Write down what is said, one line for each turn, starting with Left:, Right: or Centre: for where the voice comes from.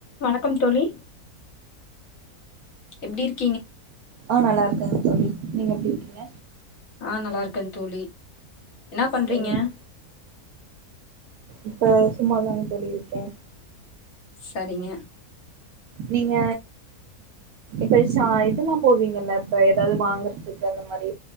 Left: வணக்கம் தோழி எப்டி இருக்
Right: ஆ நா நல்லா இருக்கேங் தோழி நீங்க எப்டி இருக்கீங்க
Left: ஆ நல்லா இருக்கே தோழி என்ன பண்றீங்க
Right: சரிங்க இப்ப சும்மாதாங் தோழி இருக்கே
Left: சரிங்க
Right: நீங்க கழிச்சா இதெல்லா போவீங்கல்ல இப்ப எதாது வாங்குறதுக்கு அந்த மாரி